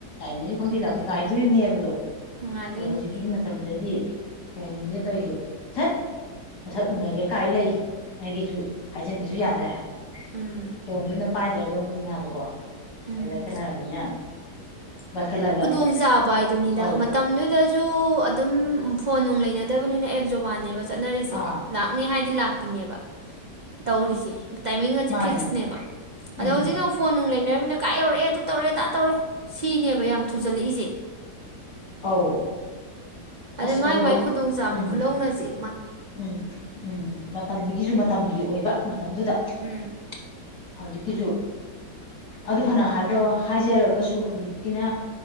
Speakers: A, on the left; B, on the right.
A: ꯑꯩꯅꯤꯁꯨ ꯈꯝꯗꯤ
B: ꯎꯝ
A: ꯂꯥꯛꯇꯦꯥꯏꯗꯤ ꯗꯣ
B: ꯉꯥꯏꯗꯣꯏꯅꯤ
A: ꯑꯗꯣ ꯍꯧꯖꯤꯛꯀꯤꯗꯤ ꯃꯇꯝꯗꯗꯤ ꯐꯣꯟꯁꯦ ꯇꯧꯔꯤꯖꯦ ꯁꯠ ꯃꯁꯛ ꯎꯅꯒꯦ ꯀꯥꯏ ꯂꯩ ꯍꯥꯏꯒꯤꯁꯨ ꯍꯥꯏꯖꯤꯟꯕꯁꯨ ꯌꯥꯗ꯭ꯔꯦ꯫
B: ꯎꯝ
A: ꯐꫭꯟꯗꯨꯅ ꯄꯥꯏꯗ꯭ꯔ꯫ ꯑꯗꯨꯕꯨꯗꯤ ꯌꯥꯕꯀꯣ꯫
B: ꯎꯝ
A: ꯑꯗꯨꯗ ꯈꯠꯅꯔꯕꯃꯤꯅ ꯄꯥꯏꯈꯠꯂꯒ꯫
B: ꯗꫭꯡ ꯆꯥꯕ ꯍꯥꯏꯗꯨꯅꯤꯗ
A: ꯑꯧ
B: ꯃꯇꯝꯗꯨꯗꯁꯨ꯫ ꯑꯗꯨꯝ ꯐꯣꯟ ꯅꯨꯡ ꯂꯩꯅ꯫ ꯗꯕꯅꯤꯅ ꯑꯦꯛ ꯖꯕꯥꯟꯅꯦꯕ ꯆꯠꯅꯔꯤꯁꯦ
A: ꯑꯥ
B: ꯂꯥꯛꯅꯤ ꯍꯥꯏꯗꯤ ꯂꯥꯛ꯫ ꯥꯄꯤꯅꯦꯕ ꯇꯧꯔꯤꯁꯦ꯫ ꯇꯥꯏꯃꯤꯡꯒꯥꯁꯤ
A: ꯃꯥꯅꯦ
B: ꯐꯤꯛꯁꯅꯦꯕ ꯑꯗꯣ
A: ꯎꯝ
B: ꯍꯧꯖꯤꯛꯅ ꯐꯣꯟ ꯅꯨꯡ ꯂꯩꯅꯝꯃꯤꯅ꯫ ꯀꯥꯏ ꯌꯧꯔꯛꯑꯦ ꯑꯗꯨ ꯇꯧꯔꯦ ꯑꯗꯥ ꯇꯧꯔꯦ ꯁꯤꯅꯦꯕ ꯌꯥꯝ ꯊꯨꯖꯜꯂꯛꯏꯁꯦ꯫
A: ꯑꯧ꯫
B: ꯑꯗ
A: ꯑꯁ
B: ꯃꯥꯏ
A: ꯑꯗꯣ
B: ꯃꯥꯏ ꯈꯨꯗꯣꯡ ꯆꯥꯕ
A: ꯎꯝ
B: ꯈꯨꯜꯍꯧꯅꯁꯦ꯫
A: ꯎꯝ ꯎꯝ ꯃꯇꯝꯗꯨꯒꯤꯁꯨ꯫ ꯇꯝꯒꯤ ꯑꯣꯏꯕ ꯃꯇꯝꯗꯨꯗ꯫
B: ꯎꯝ꯫
A: ꯍꯧꯖꯤꯛꯀꯤꯁꯨ ꯑꯗꯨ ꯐꯅ ꯍꯥꯏꯕ ꯍꯥꯏꯖꯔꯒꯁꯨ ꯍꯧꯖꯤꯛꯀꯤꯖꯨꯑꯗꯨ ꯐꯅ ꯍꯥꯏꯕ ꯍꯥꯏꯖꯔꯒꯁꯨ ꯍꯧꯖꯤꯛꯀꯤꯅ